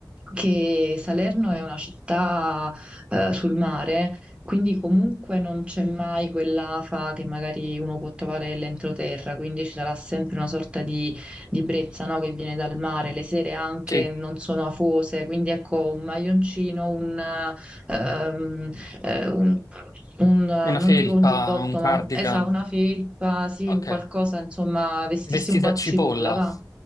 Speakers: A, on the right; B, on the left.
A: che Salerno è una città, eh, sul mare, quindi comunque non c'è mai quell'afa che magari uno può trovare nell'entroterra, quindi ci sarà sempre una sorta di di brezza, no? Che viene dal mare, le sere anche
B: Sì,
A: non sono afose, quindi ecco un maglioncino, un, ehm, eh, un- un, eh,
B: una
A: non
B: felpa,
A: dico un giubbotto,
B: un
A: ma
B: cardigan.
A: un, esa, una felpa, sì,
B: Ok,
A: un qualcosa, insomma, vestirsi
B: vestita
A: un po' a
B: a cipolla.
A: cipolla, va?